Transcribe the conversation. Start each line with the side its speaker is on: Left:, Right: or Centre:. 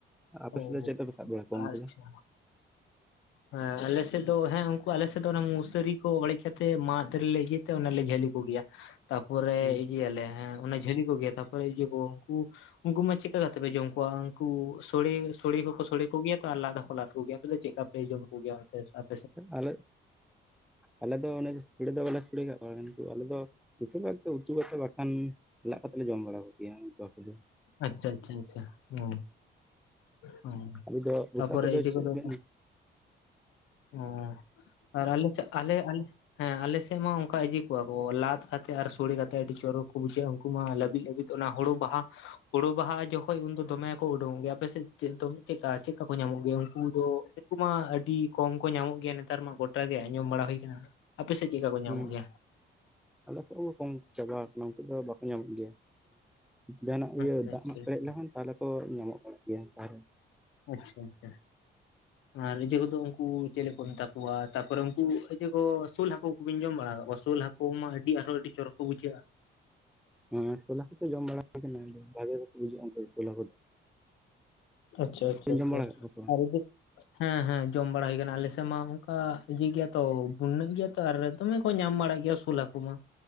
Centre: ᱟᱯᱮ
Left: ᱚ
Centre: ᱥᱮᱫ ᱫᱚ ᱪᱮᱫ ᱛᱮ ᱯᱮ ᱥᱟᱵ ᱵᱟᱲᱟ ᱠᱚᱣᱟ ᱩᱱᱠᱩ
Left: ᱟᱪᱪᱷᱟ
Centre: ᱫᱚ
Left: ᱦᱮᱸ ᱟᱞᱮᱥᱮᱜ ᱫᱚ ᱦᱮᱸ ᱩᱱᱠᱩ ᱟᱞᱮᱥᱮᱜ ᱫᱚ ᱚᱱᱟ ᱢᱚᱥᱟᱹᱨᱤ ᱠᱚ ᱚᱹᱲᱮᱡ ᱠᱟᱛᱮ ᱢᱟᱫᱽ ᱨᱮᱞᱮ ᱤᱭᱟᱹ ᱛᱮ ᱚᱱᱮ ᱡᱷᱟᱹᱞᱤ ᱠᱚᱜ ᱜᱮᱭᱟ ᱛᱟᱯᱚᱨᱮ
Centre: ᱦᱮᱸ
Left: ᱤᱭᱟᱹᱞᱮ ᱦᱮᱸ ᱚᱱᱮ ᱡᱷᱟᱹᱞᱤ ᱠᱚ ᱜᱮᱭᱟ ᱛᱟᱯᱚᱨ ᱤᱭᱟᱹ ᱠᱚ ᱩᱱᱠᱩ, ᱩᱝᱠᱩ ᱢᱟ ᱪᱮᱜᱠᱟ ᱠᱟᱛᱮ ᱯᱮ ᱡᱚᱢ ᱠᱚᱣᱟ ᱩᱝᱠᱩ ᱥᱚᱲᱮ ᱥᱚᱲᱮ ᱠᱚᱠᱚ ᱥᱚᱲᱮ ᱠᱚᱜᱮᱭᱟ ᱛᱚ ᱟᱨ ᱞᱟᱫ ᱦᱚᱸᱠᱚ ᱞᱟᱫ ᱠᱚᱜᱮᱭᱟ ᱟᱯᱮ ᱫᱚ ᱪᱮᱜᱠᱟ? ᱵᱟᱯᱮ ᱡᱚᱢ ᱠᱚᱜᱮᱭᱟ ᱚᱱᱛᱮ ᱥᱟᱯ,
Centre: ᱟᱞᱮ ᱟᱞᱮ ᱫᱚ ᱚᱱᱮ ᱥᱚᱲᱮ ᱫᱚ ᱵᱟᱞᱮ ᱥᱚᱲᱮ ᱠᱟᱫ ᱠᱚᱣᱟ ᱠᱤᱱᱛᱩ ᱟᱞᱮ ᱫᱚ ᱵᱮᱥᱤᱨ ᱵᱷᱟᱜᱛᱮ ᱩᱛᱩ ᱠᱟᱛᱮᱜ ᱵᱟᱠᱷᱟᱱ ᱞᱟᱜ ᱠᱟᱛᱮ ᱞᱮ ᱡᱚᱢ ᱵᱟᱲᱟ ᱠᱚᱜᱮᱭᱟ ᱩᱝᱠᱩ ᱦᱟᱹᱠᱩ ᱫᱚ᱾
Left: ᱟᱪᱪᱷᱟ ᱟᱪᱪᱷᱟ ᱟᱪᱪᱷᱟ ᱦᱩᱸ ᱦᱚᱸ
Centre: ᱟᱵᱚ ᱫᱚ ᱵᱚᱥᱟ
Left: ᱛᱟᱯᱚᱨᱮ ᱤᱭᱟᱹ
Centre: ᱪᱮᱫ
Left: ᱠᱚᱫᱚ
Centre: ᱵᱮᱱ
Left: ᱠᱚ ᱚ ᱟᱞᱮ ᱟᱞᱮ ᱟᱞᱮ ᱦᱮᱸ ᱟᱞᱮᱥᱮᱜ ᱢᱟ ᱚᱝᱠᱟ ᱤᱭᱟᱹ ᱠᱚᱣᱟ ᱠᱚ ᱞᱟᱫ ᱠᱟᱛᱮᱜ ᱟᱨ ᱥᱚᱲᱮ ᱠᱟᱛᱮᱜ ᱟᱹᱰᱤ ᱪᱚᱨᱚᱠ ᱠᱚ ᱵᱩᱡᱷᱟᱹᱜᱼᱟ, ᱩᱝᱠᱩ ᱢᱟ ᱞᱟᱹᱵᱤᱜ ᱞᱟᱹᱵᱤᱜ ᱚᱱᱟ ᱦᱳᱲᱩ ᱵᱟᱦᱟ ᱦᱳᱲᱩ ᱵᱟᱦᱟ ᱡᱚᱠᱷᱚᱡ ᱩᱱᱫᱚ ᱫᱚᱢᱮ ᱠᱚ ᱩᱰᱩᱝᱚᱜ ᱜᱮᱭᱟ ᱟᱯᱮᱥᱮᱜ ᱪᱮᱫ ᱪᱮᱜᱠᱟ ᱪᱮᱜᱠᱟ ᱠᱚ ᱧᱟᱢᱚᱜ ᱜᱮᱭᱟ? ᱩᱝᱠᱩ ᱫᱚ ᱩᱝᱠᱩ ᱢᱟ ᱟᱹᱰᱤ ᱠᱚᱢ ᱠᱚ ᱧᱟᱢᱚᱜ ᱜᱮᱭᱟ ᱱᱮᱛᱟᱨ ᱢᱟ ᱜᱚᱴᱟ ᱜᱮ ᱟᱸᱡᱚᱢ ᱵᱟᱲᱟ ᱦᱩᱭ ᱟᱠᱟᱱᱟ ᱟᱯᱮ ᱥᱮᱫ ᱪᱮᱫ ᱠᱟ ᱠᱚ ᱧᱟᱢᱚᱜ
Centre: ᱦᱮᱸ
Left: ᱜᱮᱭᱟ᱾
Centre: ᱟᱞᱮ ᱥᱮ ᱠᱚᱢ ᱪᱟᱵᱟ ᱟᱠᱟᱱᱟ ᱩᱱᱠᱩ ᱫᱚ ᱵᱟᱠᱚ ᱧᱟᱢᱚᱜ ᱜᱮᱭᱟ᱾ ᱡᱟᱸᱦᱟᱱᱟᱜ ᱤᱭᱟᱹ
Left: ᱟᱪᱪᱷᱟ
Centre: ᱫᱟᱜ
Left: ᱟᱪᱪᱷᱟ
Centre: ᱢᱟᱜ ᱯᱮᱨᱮᱡ ᱞᱮᱠᱷᱟᱱ ᱛᱟᱦᱞᱮ ᱠᱚ ᱧᱟᱢᱚᱜ ᱵᱟᱲᱟᱜ ᱜᱮᱭᱟᱮ ᱛᱟᱦᱚᱞᱮ᱾
Left: ᱟᱪᱪᱷᱟ ᱟᱪᱪᱷᱟ᱾ ᱟᱨ ᱤᱡᱮ ᱠᱚᱫᱚ ᱩᱱᱠᱩ ᱪᱮᱞᱮ ᱠᱚ ᱢᱮᱛᱟ ᱠᱚᱣᱟ ᱛᱟᱯᱚᱨᱮ ᱩᱱᱠᱩ ᱤᱡᱮ ᱠᱚ ᱥᱩᱞ ᱦᱟᱹᱠᱩ ᱠᱚᱜᱤᱧ ᱡᱚᱢ ᱵᱟᱲᱟ ᱟᱠᱟᱟᱜ ᱠᱚᱣᱟ ᱥᱩᱞ ᱦᱟᱹᱠᱩ ᱟᱠᱚ ᱢᱟ ᱟᱹᱰᱤ ᱟᱨᱚ ᱟᱹᱰᱤ ᱪᱚᱨᱚᱠ ᱠᱚ ᱵᱩᱡᱷᱟᱹᱜᱼᱟ᱾
Centre: ᱦᱮᱸ ᱥᱳᱞ ᱦᱟᱠᱳ ᱠᱚ ᱡᱚᱢ ᱵᱟᱲᱟ ᱠᱟᱱᱟ ᱵᱷᱟᱜᱮ ᱵᱟᱠᱚ ᱵᱩᱡᱟᱹᱜᱼᱟ ᱩᱱᱠᱩ ᱫᱚ ᱥᱳᱞ ᱠᱚᱫᱚ᱾
Left: ᱟᱪᱪᱷᱟ ᱟᱪᱪᱷᱟ ᱟᱪᱪᱷᱟ
Centre: ᱡᱚᱢ ᱵᱟᱲᱟ ᱠᱟᱜ ᱠᱚᱣᱟ ᱥᱮ ᱵᱟᱝ?
Left: ᱟᱨ ᱦᱮᱸ ᱦᱮᱸ ᱡᱚᱢ ᱵᱟᱲᱟ ᱦᱩᱭ ᱟᱠᱟᱱᱟ ᱟᱞᱮ ᱥᱮᱫ ᱢᱟ ᱚᱱᱠᱟ ᱤᱭᱟᱹ ᱜᱮᱭᱟ ᱛᱚ ᱵᱱᱹ ᱜᱮᱭᱟ ᱛᱚ ᱟᱨ ᱫᱚᱢᱮ ᱠᱚ ᱧᱟᱢ ᱵᱟᱲᱟᱜ ᱜᱮᱭᱟ ᱥᱩᱞ ᱦᱟᱠᱩ ᱢᱟ᱾